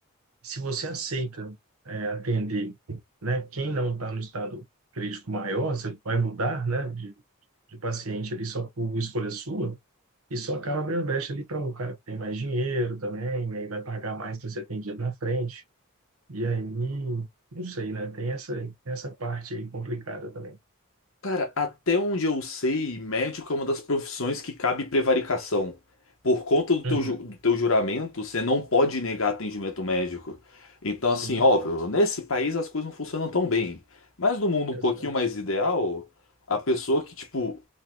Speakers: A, on the right; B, on the left.
A: se você aceita é, atender, né, quem não está no estado crítico maior, você vai mudar, né, de, de paciente ali só por escolha sua, e só acaba abrindo brecha ali para um cara que tem mais dinheiro também, e aí vai pagar mais para ser atendido na frente. E aí, não sei, né, tem essa, essa parte aí complicada também.
B: Cara, até onde eu sei, médico é uma das profissões que cabe prevaricação. Por conta do teu,
A: Uhum,
B: ju- do teu juramento, você não pode negar atendimento médico. Então,
A: Sim,
B: assim, óbvio, nesse país as coisas não funcionam tão bem. Mas no mundo
A: exato.
B: um pouquinho mais ideal, a pessoa que, tipo,